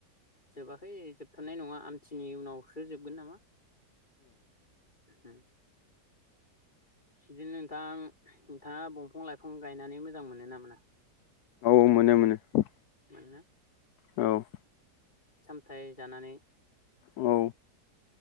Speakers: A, on the left (about 25°); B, on the left (about 70°).
A: जोबाखै जोबथारनाय नङा आमथिनि उनावसो जोबगोन नामा उम बिदिनो नोंथां नोंथाङा बंफां लाइफां गायनानै मोजां मोनो ना मोना
B: औ मोनो मोनो
A: मोनोना
B: औ
A: थाय जानानै
B: औ